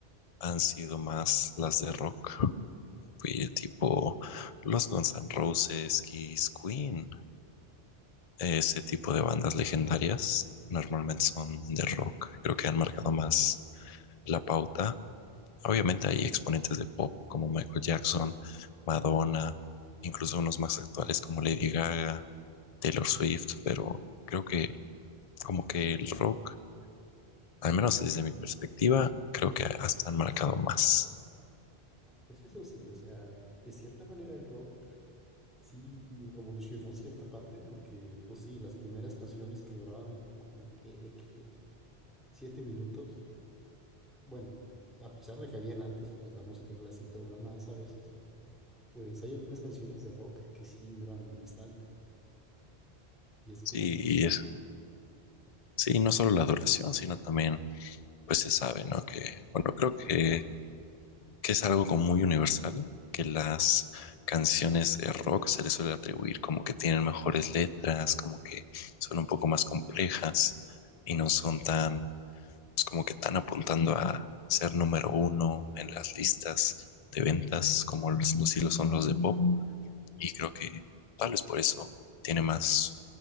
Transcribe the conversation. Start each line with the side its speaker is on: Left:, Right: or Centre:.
Left: han sido más las de rock, Fui tipo los Guns N' Roses, Kiss, Queen. Ese tipo de bandas legendarias normalmente son de rock. Creo que han marcado más la pauta. Obviamente hay exponentes de pop como Michael Jackson, Madonna, incluso unos más actuales como Lady Gaga, Taylor Swift, pero creo que como que el rock, al menos desde mi perspectiva, creo que hasta han marcado más.
Centre: Pues eso sí, o sea, de cierta manera el rock sí revolucionó cierta parte porque, pues sí, las primeras canciones que duraban como que de que siete minutos, bueno, a pesar de que habían antes, pues la música clásica dura más a veces, pues hay algunas canciones de rock que sí duran bastante. Y es como
Left: Sí,
Centre: de que, wow,
Left: y es- sí, no solo la duración, sino también, pues se sabe, ¿no? Que, bueno, creo que que es algo como muy universal, que las canciones de rock se les suele atribuir como que tienen mejores letras, como que son un poco más complejas y no son tan, pues, como que tan apuntando a ser número uno en las listas de ventas como los, los hilos son los de pop. Y creo que tal vez por eso tiene más